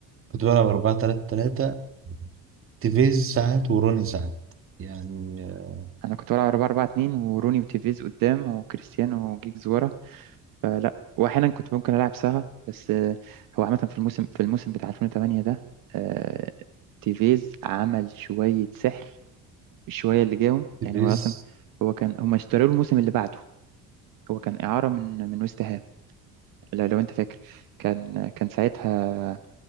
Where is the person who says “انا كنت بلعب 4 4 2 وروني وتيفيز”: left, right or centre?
Right